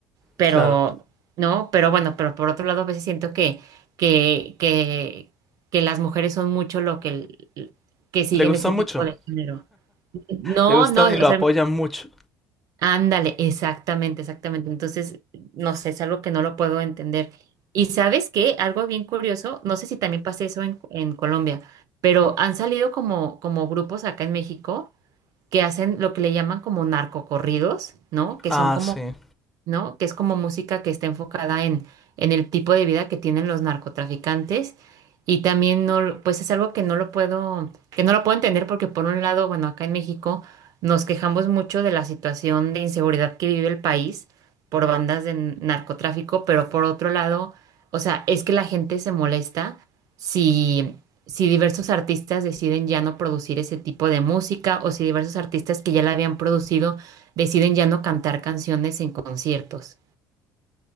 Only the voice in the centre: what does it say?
Claro,
le gusta
mucho,
le gusta
y lo
apoyan mucho.
Ah,
sí.